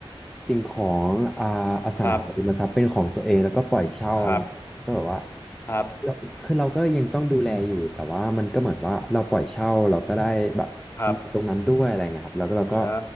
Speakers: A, in the centre; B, on the left (about 25°).
A: สิ่งของอ่าอสังหาริมทรัพย์เป็นของตัวเองแล้วก็ปล่อยเช่าอะไรอย่างเงี้ยก็แบบว่า
B: ครับครับครับ
A: เราคือเราก็ยังต้องดูแลอยู่แต่ว่ามันก็เหมือนว่าเราปล่อยเช่าเราก็ได้แบบ
B: ครับ
A: ตรงนั้นด้วยอะไรเงี้ยครับแล้วก็เราก็
B: ใช่